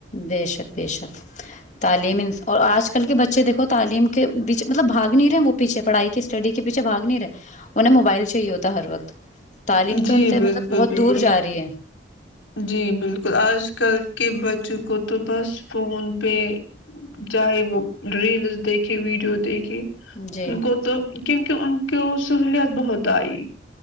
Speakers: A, on the left (about 40°); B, on the left (about 90°).
A: بے شک بے شک تعلیم اور آج کل کے بچے دیکھو تعلیم کے پیچھے مطلب بھاگ نہیں رہے وہ پیچھے پڑھائی کی اسٹڈی کے پیچھے بھاگ نہیں رہے انہیں موبائل چاہیے ہوتا ہر وقت تعلیم
B: جی
A: تو ان سے
B: بالکل
A: مطلب بہت
B: بالکل
A: دور جا رہی ہے
B: جی بالکل آج کل کے بچوں کو تو بس فون پہ چاہے وہ ریلس دیکھے ویڈیو دیکھے
A: جی
B: ان کو تو کیونکہ ان کی سہلیت بہت آئی